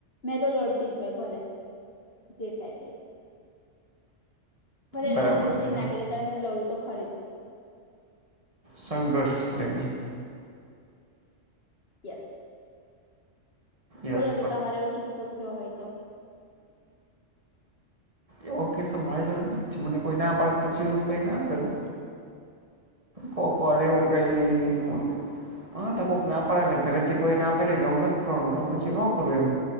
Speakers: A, on the left; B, on the right.
A: મેં તો લડતી જ હોય ભલે, જે થાય તે. ભલે એ
B: બરાબર
A: લોકો ઉચકી
B: છે
A: નાખી તો મેં લડું તો ખરી.
B: સંઘર્ષ પ્રેમી.
A: યસ.
B: યસ
A: બોલો તો તમારે એવો કિસ્સો થયો હોય તો?
B: એવો કિસ્સો મારા જોડ નથ થયો મને કોઈ ના પડે પછી એવું કંઈ ના કરું. કોકવાર એવું કોઈ મોલ હા કોઈક ના પડે એટલે ઘરેથી કોઈ ના પડે કે આવું નથી કરવાનું તો પછી ન કરું એમ.